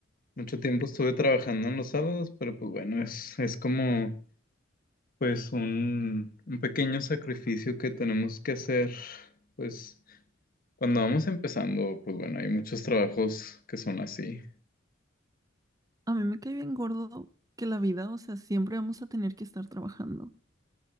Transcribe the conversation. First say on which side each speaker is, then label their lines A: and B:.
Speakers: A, on the left (about 45°); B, on the right (about 20°).
A: mucho tiempo estuve trabajando en los sábados, pero pues bueno, es, es como, pues un, un pequeño sacrificio que tenemos que hacer. Pues cuando vamos empezando, pues bueno, hay muchos trabajos que son así.
B: A mí me cae bien gordo que la vida, o sea, siempre vamos a tener que estar trabajando.